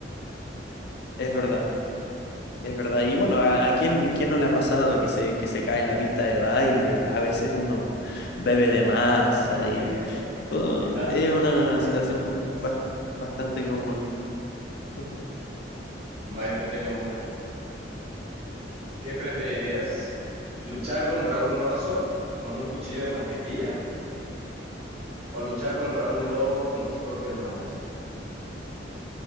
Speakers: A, on the left (about 60°); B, on the right (about 35°).
A: es verdad. Es verdad, y bueno, ¿a, a quién, quién no le ha pasado que se, que se cae en la pista de baile? A veces uno bebe de más
B: <laughs>
A: y todo,
B: Sí pasa,
A: es
B: a
A: una
B: veces pasa,
A: situación
B: a veces pasa.
A: bast- bastante común. <laughs>
B: Va, yo te tengo una. ¿Qué preferirías? ¿Luchar contra un oso con un cuchillo de mantequilla o luchar contra un lobo con tus propias manos?